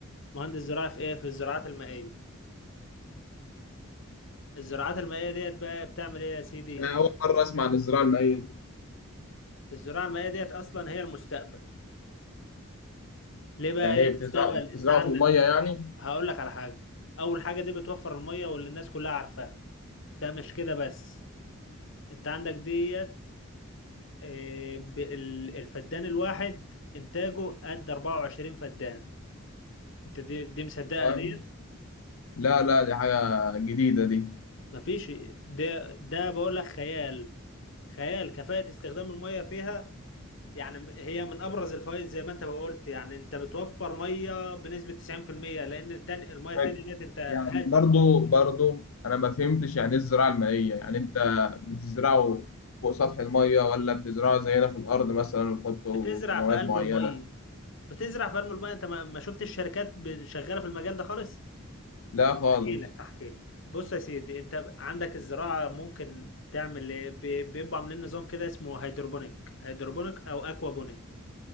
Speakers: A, on the left; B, on the left.
A: مهندس زراعة في ايه في الزراعات المائية الزراعات المائية ديت بقى بتعمل ايه يا سيدي
B: انا اول مره اسمع عن الزراعه المائيه
A: الزراعة المائية ديت أصلا هي المستقبل ليه بقى
B: يعني
A: هي
B: ايه
A: المستقبل
B: بتزرع بتزرعوا
A: أنت عندك
B: في الميه يعني
A: هقول لك على حاجة أول حاجة دي بتوفر المية واللي الناس كلها عارفاها ده مش كده بس أنت عندك ديت آه، ب- ال- الفدان الواحد إنتاجه قد 24 فدان أنت دي, دي مصدقها
B: طيب.
A: ديت
B: لا لا دي حاجه جديده دي
A: مفيش ده ده بقول لك خيال خيال كفاءة استخدام المية فيها يعني هي من ابرز الفوائد زي ما انت ما قلت يعني انت بتوفر ميه بنسبه 90% لان التاني الميه التانيه
B: طيب
A: ديت انت
B: يعني
A: هدر
B: برضو برضو انا ما فهمتش يعني ايه الزراعه المائيه يعني انت بتزرعه فوق سطح الميه ولا بتزرعه زينا في الارض مثلا وتحطوا
A: بتزرع
B: كيماويات
A: في قلب
B: معينه
A: الميه بتزرع في قلب الميه انت ما ما شفتش الشركات ب- شغاله في المجال ده خالص
B: لا خالص
A: احكي لك هحكي لك بص يا سيدي انت عندك الزراعه ممكن تعمل ايه؟ بي- بيبقوا عاملين نظام كده اسمه هيدروبونيك هيدروبونيك او اكوابونيك